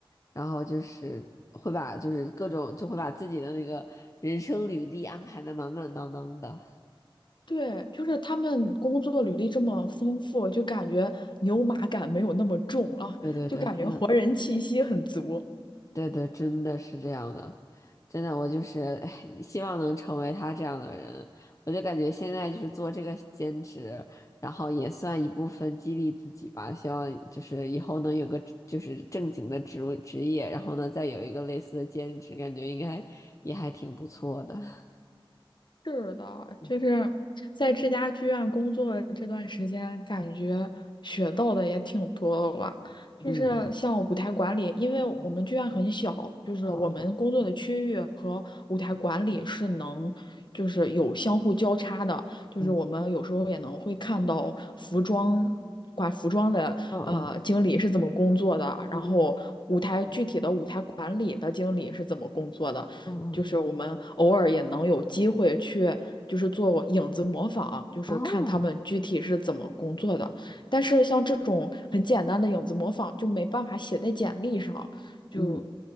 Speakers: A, on the left; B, on the left.
A: 然后就是会把就是各种就会把自己的那个人生履历安排的满满当当的。
B: <laughs> 对，就是他们工作履历这么丰富，就感觉牛马感没有那么重了，
A: 对对对，
B: 就感觉活人气息很足。
A: 真的，对对，真的是这样的，真的，我就是，<laughs> 哎，希望能成为他这样的人。我就感觉现在就是做这个兼职，然后也算一部分激励自己吧。希望就是以后能有个就是正经的职位职业，然后呢再有一个类似的兼职，感觉应该也还挺不错的。<laughs>
B: 是的，就是在这家剧院工作的这段时间，感觉学到的也挺多的吧。就是像舞台管理，
A: 嗯
B: 因为我们剧院很小，就是我们工作的区域和舞台管理是能，
A: 嗯嗯
B: 就是有相互交叉的。就是我们有时候也能会看到服装。
A: 嗯
B: 管服装的呃经理是怎么工作的，
A: 嗯嗯嗯
B: 然后舞台具体的舞台管理的经理是怎么工作的，
A: 嗯嗯嗯，
B: 就是我们偶尔也能有机会去，就是做影子模仿，就是看他们具体是怎么工作的。
A: 哦，
B: 但是像这种很简单的影子模仿，就没办法写在简历上，就
A: 嗯。